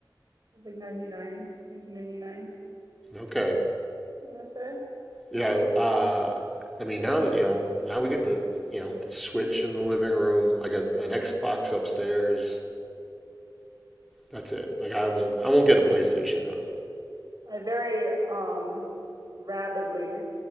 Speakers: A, on the right; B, in the centre.
A: It was like ninety nine, nineteen ninety nine. 1999,
B: Okay.
A: I want to say.
B: Yeah. Uh, I mean now that you know now we get the the- you know the Switch in the living room. I got an Xbox upstairs. That's it. Like I won't I won't get a PlayStation though.
A: I very um rapidly